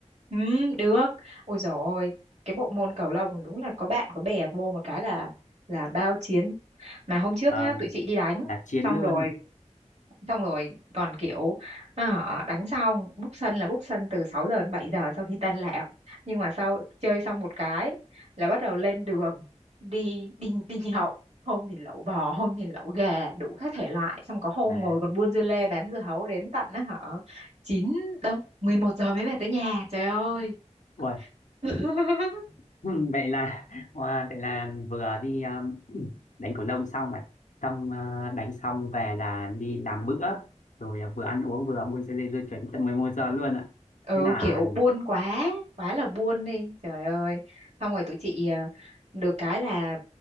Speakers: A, on the right (about 65°); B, on the left (about 80°).
A: ừ được ôi dồi ôi cái bộ môn cầu lông đúng là có bạn có bè vô một cái là là bao chiến mà hôm trước
B: Vâng,
A: nhá tụi chị đi đánh
B: là chiến
A: xong
B: luôn
A: rồi xong rồi còn kiểu à, đánh xong book sân là book sân từ 6 giờ đến 7 giờ sau khi tan làm nhưng mà sau chơi xong một cái là bắt đầu lên đường đi đi đi nhậu hôm thì lẩu bò hôm thì lẩu gà đủ các thể loại xong có hôm
B: à,
A: ngồi còn buôn dưa lê bán dưa hấu đến tận á hả chín đâu 11 giờ mới về tới nhà trời ơi
B: ui,
A: <laughs>
B: <laughs> vậy là wow, vậy là vừa đi à, đánh cầu lông xong này xong à, đánh xong về là đi làm bữa rồi à, vừa ăn uống vừa buôn dê dê dê chuyển tận 11 giờ luôn ạ
A: ừ
B: thế là
A: kiểu buôn quá quá là buôn đi trời ơi xong rồi tụi chị à, được cái là